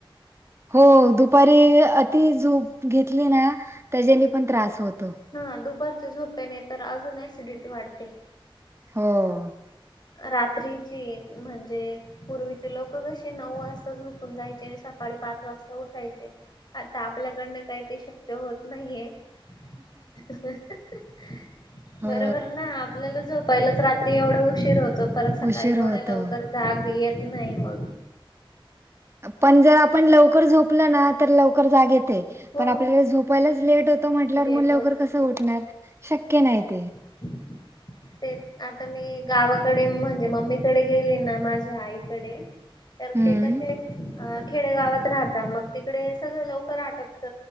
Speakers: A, on the right; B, on the left.
A: हो दुपारी अति झूप घेतली ना, त्याच्यानी पण त्रास होतो.
B: हा दुपारच्या झोपेने तर अजून ऍसिडिटी वाढते.
A: हो ओ.
B: रात्रीची म्हणजे पूर्वीचे लोक कशी नऊ वाजता झोपून जायची? आणि सकाळी पाच वास्था उठायचे आता आपल्याकडनं काय ते शक्य होत नाईये. <unintelligible>
A: हो
B: बरोबर ना, आपल्याला जो पहिलंच राहत रात्री एवढा उशीर होतो, परत सकाळी
A: उशीर
B: एवढं
A: होतो
B: लवकर जाग येत नाही मग
A: पण जर आपण लवकर झोपलो ना, तर लवकर जाग येते
B: हो
A: पण आपल्याला झोप झोपायलाच लेट होतो, म्हटल्यावर
B: लेट
A: मग लवकर
B: होत
A: कसं उठणार? शक्य नाही ते.
B: हम् हम. <unintelligible> तेच आता मी गावाकडे म्हणजे मम्मीकडे, गेली ना माझ्या आईकडे. तर
A: हम्म
B: ते कसे अ खेडेगावात राहता, मग तिकडे सगळं लवकर आटपत.